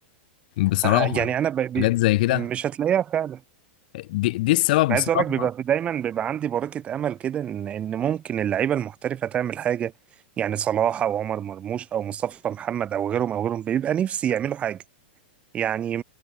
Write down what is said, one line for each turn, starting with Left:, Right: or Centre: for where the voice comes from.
Left: بصراحة
Right: آه، يعني انا ب... ب...
Left: حاجات زي كده
Right: مش هتلاقيها فعلا
Left: دي, دي السبب
Right: انا
Left: بصراحة
Right: عايز اقول لك بيبقى في دايما بيبقى عندي بركه امل كده ان ان ممكن اللعيبه المحترفه تعمل حاجه يعني صلاح او عمر مرموش او مصطفى محمد او غيرهم او غيرهم بيبقى نفسي يعملوا حاجه يعني